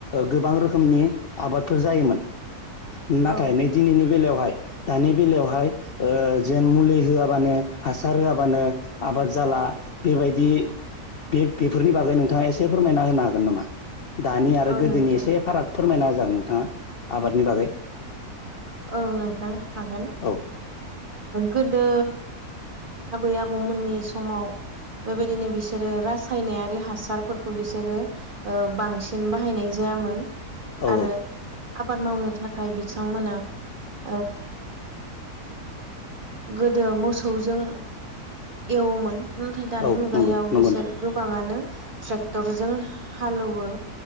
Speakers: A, on the left; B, on the right.
A: गोबां रोखोमनि आबादफोर जायोमोन
B: औ
A: नाथाय नै दिनैनि बेलायावहाय दानि बेलायावहाय ओ जेन मुलि होआबानो हासार होआबानो आबाद जाला बेबायदि बे बेफोरनि बागै नोंथाङा एसे फोरमायना होनो हागोन नामा दानि आरो
B: औ
A: गोदोनि
B: नोंथां
A: एसे फाराग फोरमायना होजागोन नोंथाङा आबादनि बागै
B: औ नोंथां हागोन
A: औ
B: गोदो आबै आबौमोननि समाव बेबायदिनो बिसोरो रासायनारि हासारफोरखौ बिसोरो ओ बांसिन बाहायनाय जायामोन
A: औ
B: आरो
A: औ
B: आबाद मावनो थाखाय बिथांमोना ओ गोदो मोसौजों एवोमोन नाथाय दानि
A: औ
B: मुगायाव
A: नंगौ नंगौ
B: बिसोर
A: नोंथां
B: गोबाङानो ट्रेक्टरजों हालौवो